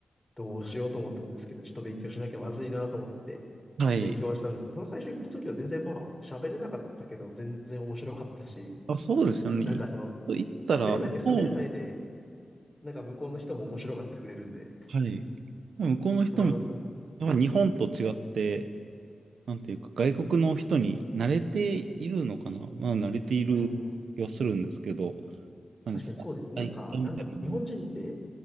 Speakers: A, on the left (about 20°); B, on the right (about 80°).
A: どうしようと思ったんですけど、ちょっと勉強しなきゃまずいなと思って、
B: はい。
A: 勉強はしたんですけど、その最初行った時は全然まあ、喋れなかったけど、全然面白かったし、
B: あ、そうですよね。
A: なんかその、
B: い行ったら、
A: 喋れなきゃ喋れないで、
B: 向こうも、
A: なんか向こうの人も面白がってくれるんで、
B: はい。向こうの人も、
A: それはそれで、
B: やっぱ日本と違って、なんていうか、外国の人に慣れているのかなまあ、慣れている気はするんですけど、
A: うん、
B: なんでその、
A: 確かにそうですね。
B: 大会みたいなのも
A: なんか、なんだろう。日本人って、